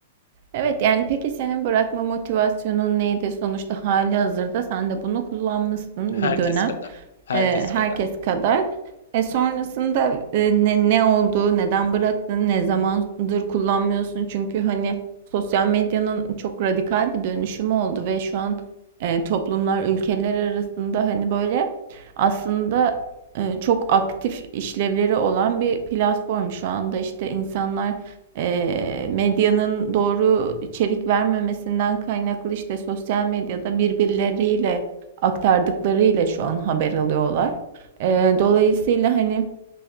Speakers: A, on the right; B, on the left.
A: Evet yani peki senin bırakma motivasyonun neydi? Sonuçta hali hazırda sen de bunu kullanmışsın
B: Herkes
A: bir dönem
B: kadar. Herkes
A: e, herkes
B: kadar.
A: kadar. E, sonrasında e, ne, ne oldu, neden bıraktın, ne zamandır kullanmıyorsun? Çünkü hani sosyal medyanın çok radikal bir dönüşümü oldu ve şu an e, toplumlar ülkeler arasında hani böyle aslında e, çok aktif işlevleri olan bir platform. Şu anda işte insanlar eee, medyanın doğru içerik vermemesinden kaynaklı işte sosyal medyada birbirleriyle aktardıklarıyla şu an haber alıyorlar. Eee, dolayısıyla hani